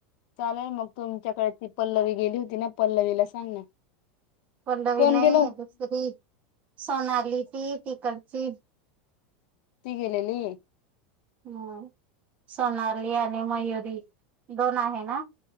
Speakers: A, on the left; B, on the right.
A: चालेल मग तुमच्याकडे, ती पल्लवी गेली होती ना पल्लवीला सांग ना
B: पल्लवी
A: कोण
B: नाही,
A: गेलो
B: दुसरी सोनाली ती तिकडची
A: ती गेलेली
B: हम् सोनाली आणि मयुरी दोन आहे ना?